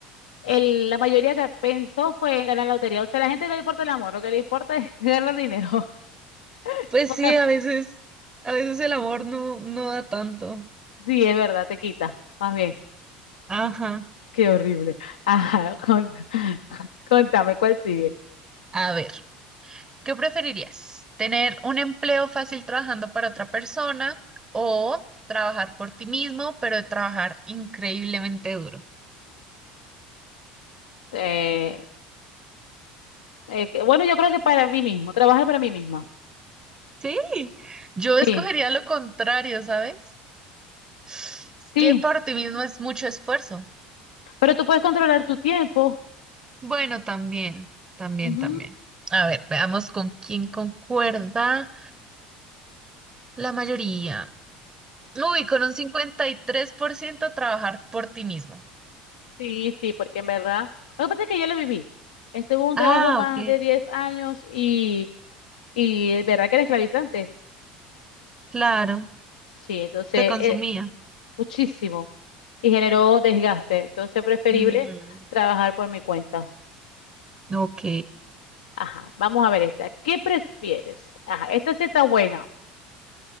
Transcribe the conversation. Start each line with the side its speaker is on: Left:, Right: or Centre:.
Left: el, la mayoría que pensó fue en ganar la lotería. O sea, a la gente no le importa el amor, lo que le importa es <laughs> ganar dinero. <laughs>
Right: Pues
Left: Porque-
Right: sí, a veces, a veces el amor no, no da tanto.
Left: sí, es verdad, te quita. Más bien,
Right: Ajá.
Left: qué horrible. Ajá, con- <laughs> contame, ¿cuál sigue?
Right: A ver, ¿qué preferirías? ¿Tener un empleo fácil trabajando para otra persona o trabajar por ti mismo, pero trabajar increíblemente duro?
Left: Eh, eh, que- bueno, yo creo que para mí mismo, trabajar para mí misma.
Right: Sí, yo
Left: Sí,
Right: escogería lo contrario, ¿sabes? Es
Left: sí,
Right: que para ti mismo es mucho esfuerzo.
Left: pero tú puedes controlar tu tiempo.
Right: Bueno, también, también,
Left: Ujú,
Right: también. A ver, veamos con quién concuerda la mayoría. Uy, con un 53% trabajar por ti mismo.
Left: Sí, sí, porque en verdad, lo que pasa es que ya lo viví. Estuve en un
Right: Ah,
Left: trabajo más
Right: ok.
Left: de 10 años y, y es verdad que era esclavizante.
Right: Claro,
Left: Sí, entonces,
Right: te consumía.
Left: eh, muchísimo. Y generó desgaste. Entonces, preferible
Right: Mm,
Left: trabajar por mi cuenta.
Right: ok.
Left: Ajá, vamos a ver esta. ¿Qué prefieres? Ajá, esta sí está buena.